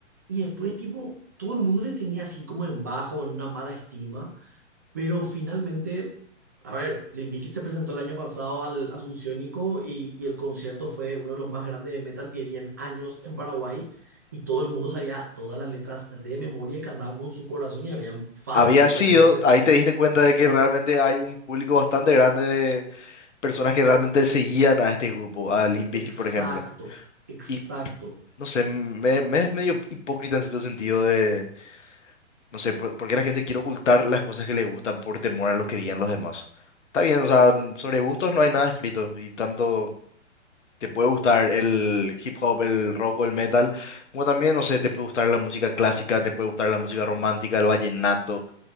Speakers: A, on the right; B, on the left.
A: y después, tipo, todo el mundo les tenía así como en bajo, en una mala estima, pero finalmente, a ver, Limp Bizkit se presentó el año pasado al Asunciónico y, y el concierto fue uno de los más grandes de metal que vi en años en Paraguay. Y todo el mundo sabía todas las letras de memoria y cantaban con su corazón y habrían fácil
B: Había sido,
A: en ese escenario.
B: ahí te diste cuenta de que realmente hay un público bastante grande de personas que realmente seguían a este grupo, a Limp
A: Exacto,
B: Bizkit, por ejemplo.
A: exacto.
B: Y no sé, me, me es medio hipócrita en cierto sentido de, no sé, por, por qué la gente quiere ocultar las cosas que le gustan por temor a lo que digan los demás. Está bien, o sea, sobre gustos no hay nada escrito y tanto. te puede gustar el hip hop, el rock o el metal, como también, no sé, te puede gustar la música clásica, te puede gustar la música romántica, el vallenato,